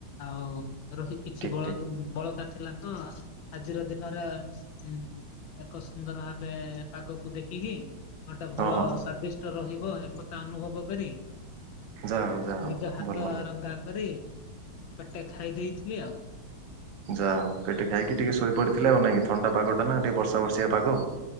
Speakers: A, on the left; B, on the right.
A: ଆଉ ରୋହୀ କିଛି
B: ଠିକ୍
A: ବଳକା
B: ଠିକ୍
A: ଥିଲା ତ ଆଜିର ଦିନରେ ଉଁ ଏକ ସୁନ୍ଦର ଭାବେ ପାଗକୁ ଦେଖିକି ଗୋଟେ ଭଲ
B: ହଁ ହଉ
A: ସ୍ଵାଦିଷ୍ଟ ରହିବ ଏକଥା ଅନୁଭବ କରି
B: ଯାହା ହଉ ଯାହା ହଉ
A: ନିଜ ହାତ
B: ଭଲ ଭଲ
A: ରନ୍ଧା କରି ପେଟେ ଖାଇ ଦେଇଥିଲି ଆଉ।
B: ଯା ହଉ ପେଟ ଖାଇକି ଟିକେ ଶୋଇ ପଡିଥିଲେ ଆଉ ନାଇଁ କି କି, ଥଣ୍ଡା ପାଗ ଟା ନା ଟିକେ ବର୍ଷା ବର୍ଷିଆ ପାଗ।